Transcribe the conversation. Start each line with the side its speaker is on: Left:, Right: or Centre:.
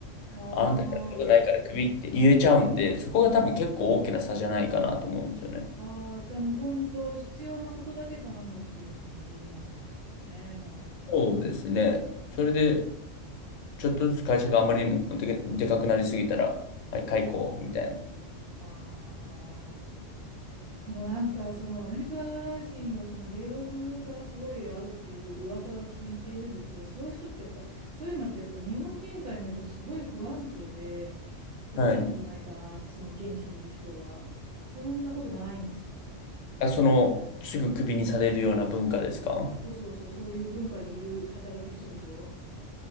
Right: ああ。
Left: あなたにやることないからクビって言えちゃうんで、そこが多分結構大きな差じゃないかなと思うんですよね。
Right: ああ、じゃあもう本当必要なことだけ頼むっていう感じなんですかね、じゃあ。
Left: そうですね。それで、ちょっとずつ会社があまりにもでけ、でかくなりすぎたら、はい、解雇みたいな。
Right: はあ。でもなんかそのアメリカ人はそのレイオフがすごいあるっていう噂は聞いているんですけど、そういう人ってやっぱり、そういうのってやっぱ日本人から見るとすごい不安定で怖いんじゃないかなって、
Left: はい。
Right: その現地にいる人は。そんなことないんですか
Left: あ、その、すぐクビにされるような文化ですか
Right: そうそうそう、そういう文化にいる働く人々